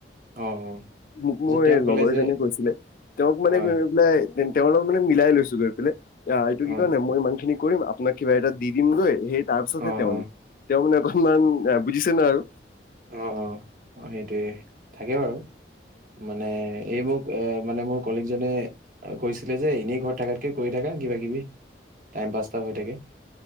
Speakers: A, on the right; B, on the left.
A: আহ অ
B: মোক মোৰ
A: তাৰপিছত তেওঁ ক'লে
B: লগৰ
A: যে
B: জনে কৈছিলে তেওঁক মানে
A: হয়
B: গৈ পেলাই তেওঁৰ লগক মানে মিলাই লৈছো গৈ পেলাই। আহ এইটো কি
A: অ
B: কয় নাই মই ইমান খিনি কৰিম আপোনাক কিবা এটা দি দিমগৈ সেই তাৰ পিছতহে
A: অ অ
B: তেওঁ
A: অ
B: দিম। তেওঁ মানে অকনমান এ বুজিছে নাই আৰু।
A: অ অ অ সেইটোৱে থাকে বাৰু মানে এইবোৰ এ মানে মোৰ কলিগজনে কৈছিলে যে এনেই ঘৰত থকাতকে কৰি থাকা কিবা কিবি। টাইম পাছ এটা হৈ থাকে।